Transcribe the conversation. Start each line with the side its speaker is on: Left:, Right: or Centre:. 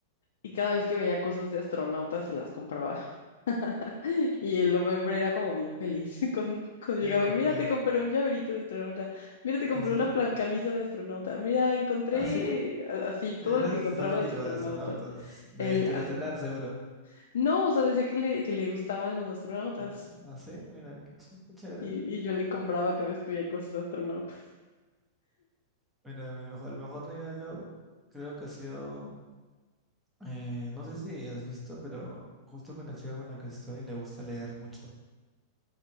Left: y cada vez que veía cosas de astronautas se las compraba. <laughs> Y el hombre era como bien feliz
Centre: Mm.
Left: <laughs> con- cuando llegaba
Centre: Yo me imagino.
Left: y mira, te compré un llaverito de astronauta, mira, te
Centre: Así.
Left: compré una pla- camisa de astronauta, mira, encontré
Centre: Así.
Left: a- así todo
Centre: Era
Left: lo que
Centre: fanático
Left: encontraba de astronauta.
Centre: de astronautas, de
Left: Él,
Centre: Interestelar
Left: ajá.
Centre: seguro.
Left: No, o sea, decía que le, que le gustaban los astronautas.
Centre: Eh, Así, mira, qué, ch- qué chévere.
Left: Y, y yo le compraba cada vez que veía cosas de astronautas.
Centre: Mira, mi mejor, el mejor regalo creo que ha sido Eh, no sé si has visto, pero justo con la chica con la que estoy le gusta leer mucho.